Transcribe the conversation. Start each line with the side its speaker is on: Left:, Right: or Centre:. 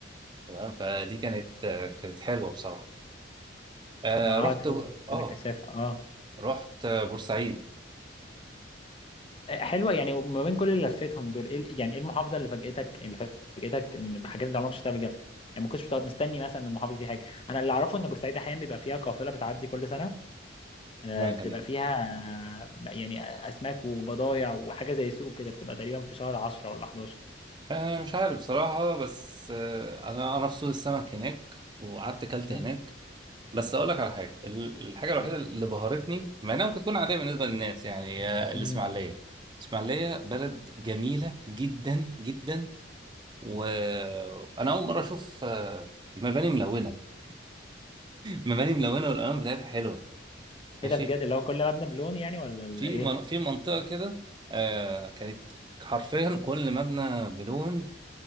Right: تمام فدي كانت آه، كانت حلوه بصراحه آه
Left: ما
Right: رحت
Left: اه تحس
Right: اه
Left: انها كثافه اه
Right: رحت بورسعيد
Left: آه، حلوه يعني ما بين كل اللي لفيتهم دول ايه ال- يعني ايه المحافظه اللي فاجئتك اللي فاجئتك ان بحاجات انت عمرك شفتها قبل كده يعني ما كنتش بتقعد مستني مثلا من المحافظه دي حاجه انا اللي اعرفه ان بورسعيد احيانا بيبقى فيها قافله بتعدي كل سنه آه،
Right: مالها
Left: بتبقى
Right: دي
Left: فيها آه، يعني اسماك وبضايع وحاجه زي سوق كده بتبقى تقريبا في شهر 10 ولا 11
Right: أه مش عارف بصراحة بس أه أنا أنا في سوق السمك هناك وقعدت أكلت
Left: امم
Right: هناك بس أقول لك على حاجة ال- الحاجة الوحيدة
Left: حلو.
Right: اللي بهرتني مع إنها ممكن تكون عادية بالنسبة للناس يعني آه، الإسماعيلية
Left: امم
Right: الإسماعيلية بلد جميلة جدا جدا وأنا أول مرة أشوف آه، مباني ملونة <laughs> مباني ملونة والألوان بتاعتها حلوة ماشي
Left: ايه ده بجد اللي هو كل مبنى بلون يعني ولا ولا
Right: في
Left: ايه
Right: من... في منطقة كده آه كانت حرفيا كل مبنى بلون